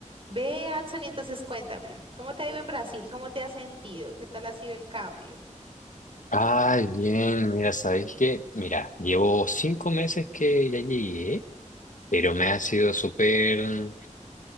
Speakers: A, on the right; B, on the left.
A: Ve, Adson, y entonces cuéntame, ¿cómo te ha ido en Brasil? ¿Cómo te has sentido? ¿Qué tal ha sido el cambio?
B: Ay, bien, mira, ¿sabéis qué? Mira, llevo cinco meses que ya llegué, pero me ha sido súper...